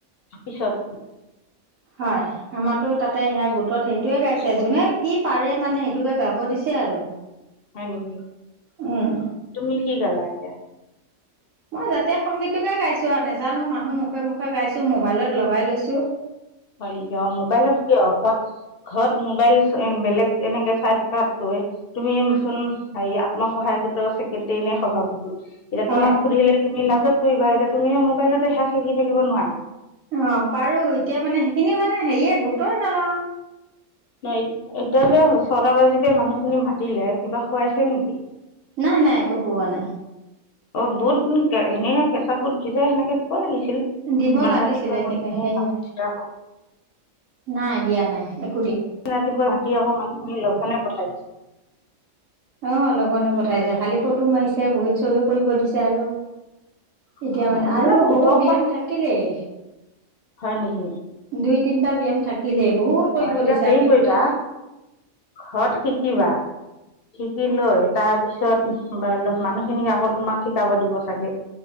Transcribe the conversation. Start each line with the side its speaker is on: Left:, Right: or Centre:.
Left: তাপিছত
Right: হয় আমাৰতো তাতে সেয়া গোটত সেইটোয়ে গাইছে
Left: স্কুল
Right: যোনে কিপ পাৰে মানে সেইটোকে গাব দিছে আৰু
Left: হয় নিকি
Right: উম
Left: তুমি কি গালা এতিয়া
Right: মই জাতীয় সংগীতোকে গাইছো আৰু নাজানো মানুহ মুখে মুখে গাইছো মোবাইলত লগাই লৈছো
Left: হয় নিকি অ মোবাইল কিয় ঘৰত মোবাইল বেলেগ এনেকে চাই থকাতকৈ তুমি চোন হেৰি আত্মসহায়ক গোটৰ চেক্ৰেটাৰী নে সভাপতি এতিয়া
Right: হয়
Left: তোমাক সুধিলে তুমি লাজত পৰিবা এতিয়া তুমি এয়া মোবাইলতে সেয়া শিকি থাকিব নোৱাৰা
Right: অ পাৰো এতিয়া মানে সেইখিনি মানে হেৰিয়ে গুৰুত্বই নলওঁ
Left: ন এত এতিয়া যে ছটা বাজিতে মানুহ খিনি মাতিলে কিবা খুৱাইছে নিকি?
Right: নাই নাই একো খোৱা নাই
Left: অ বুট এনে কেঁচা বুট ভিজাই সেনেকে দিব লাগিছিল
Right: দিব
Left: ইমান
Right: লাগিছিলে
Left: ৰাতিপুৱাই
Right: কিন্তু সেয়া
Left: <unintelligible>
Right: নাই দিয়া নাই এক
Left: ইমান ৰাতিপুৱাই মাতি আক মানুহখিনি লঘণে পঠাই দিছে
Right: অ লঘনে পঠাইছে খালি ফটো মাৰিছে বহীত চহী কৰিব দিছে আৰু এতিয়া
Left: অ
Right: মানে
Left: এইবিলাক
Right: আৰু
Left: ওপৰৰ
Right: বহুত ব্যায়াম
Left: পৰা
Right: থাকিলেই
Left: হয় নিকি
Right: দুই তিনটা ব্যায়াম থাকিলেই বহুত কৰিব
Left: অ', এতিয়া
Right: দিছে
Left: হেৰি
Right: আমি
Left: কৰিবা,
Right: দুটা
Left: ঘৰত শিকিবা শিকি লৈ। তাৰ পিছত মানুহ খিনিক আকৌ তোমাক শিকাব দিব চাগে।